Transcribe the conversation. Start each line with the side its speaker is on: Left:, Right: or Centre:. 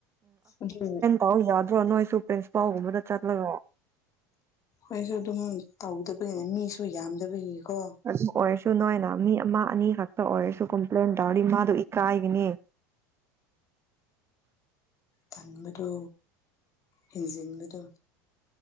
Left: ꯑꯗꯨ
Right: ꯑꯧ ꯌꯥꯗ꯭ꯔꯣ ꯅꯣꯏꯁꯨ ꯄ꯭ꯔꯦꯟꯁꯄꯥꯎꯒꯨꯝꯕꯗ ꯆꯠꯂꯒꯣ꯫
Left: ꯑꯩꯣꯏꯁꯨ ꯑꯗꯨꯝ ꯇꯧꯗꯕꯒꯤꯅꯦ ꯃꯤꯁꯨ ꯌꯥꯝꯗꯕꯒꯤꯀꯣ
Right: ꯑꯗꯨ ꯑꯣꯏꯔꯁꯨ ꯅꯣꯏꯅ ꯃꯤ ꯑꯃ ꯑꯅꯤ ꯈꯛꯇ ꯑꯣꯏꯔꯁꯨ ꯀꯝꯄ꯭ꯂꯦꯟ ꯇꯧꯔꯗꯤ ꯃꯥꯗꯣ ꯏꯀꯥꯏꯒꯅꯤ꯫
Left: ꯇꯟꯕꯗꯣ ꯍꯦꯟꯖꯤꯟꯕꯗꯣ꯫